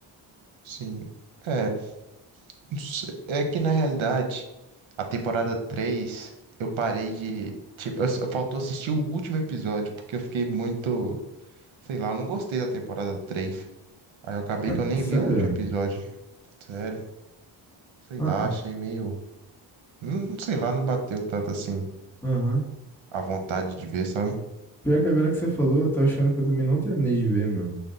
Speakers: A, on the right; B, in the centre.
A: sim. É, Não É que na realidade, a temporada 3 eu parei de. Tipo, eu, eu faltou assistir o último episódio, porque eu fiquei muito. Sei lá, eu não gostei da temporada três Aí eu acabei
B: Ah,
A: que eu nem
B: Sério?
A: vi o último episódio. Sério. Sei
B: Ah,
A: lá,
B: ah,
A: achei meio. Hum, sei lá, não bateu tanto assim
B: aham.
A: a vontade de ver, sabe?
B: Pior que agora que você falou, eu tô achando que eu também não terminei de ver, mano.